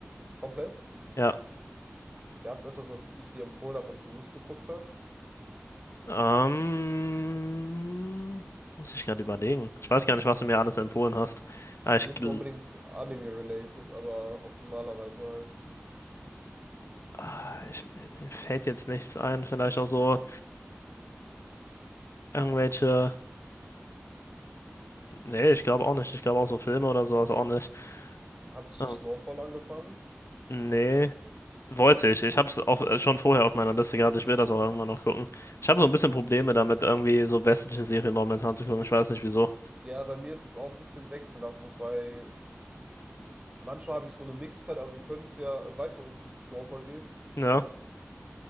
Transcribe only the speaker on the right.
Komplett?
Gab es etwas, was ich dir empfohlen habe, was du nicht geguckt hast?
Nicht
mal unbedingt Anime-related, aber optimalerweise halt.
Hattest
du Snowfall angefangen?
Ok.
Ja, bei mir ist es auch ein bisschen wechselhaft, wobei manchmal habe ich so eine Mixzeit, aber wir können es ja, äh, weißt du, worum es um Snowfall geht?